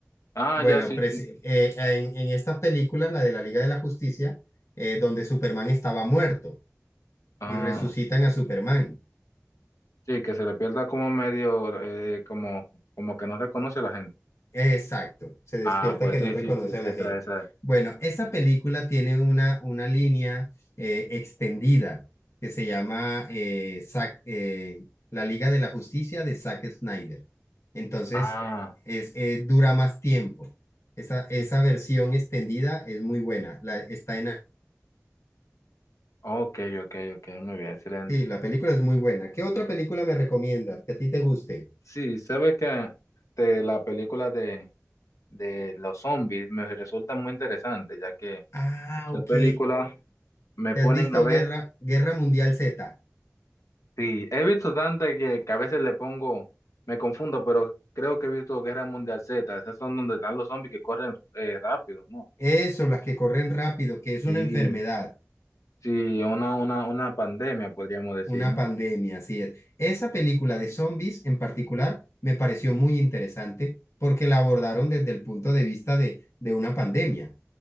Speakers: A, on the left; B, on the left.
A: Ah,
B: Bueno,
A: ya sí,
B: presi-
A: sí.
B: eh, en, en esta película, la de la Liga de la Justicia, eh, donde Superman estaba muerto
A: Ah,
B: y resucitan a Superman.
A: sí, que se le pierda como medio, eh, como, como que no reconoce a la gente.
B: Exacto, se despierta
A: Ah, pues
B: que
A: sí,
B: no reconoce
A: sí, sí, sí,
B: a la
A: esa,
B: gente.
A: esa.
B: Bueno, esa película tiene una, una línea eh, extendida que se llama eh, Zack- eh, La Liga de la Justicia de Zack Snyder. Entonces,
A: Ah.
B: es, eh, dura más tiempo. Esa, esa versión extendida es muy buena. La, está en,
A: Ok, ok, ok, muy bien, excelente.
B: sí, la película es muy buena. ¿Qué otra película me recomiendas que a ti te guste?
A: Sí, sabes que te- la película de, de los zombies me resulta muy interesante, ya que
B: Ah,
A: esa
B: ok.
A: película me ponen
B: ¿Te has visto
A: a ver,
B: Guerra, Guerra Mundial Z?
A: sí, he visto tantas que, que a veces le pongo, me confundo, pero creo que he visto Guerra Mundial Z, esas son donde están los zombies que corren eh, rápido, ¿no?
B: Eso, las que corren rápido, que es
A: Sí,
B: una enfermedad,
A: sí, una, una, una pandemia, podríamos decir,
B: una
A: ¿no?
B: pandemia, así es. Esa película de zombies en particular me pareció muy interesante porque la abordaron desde el punto de vista de, de una pandemia.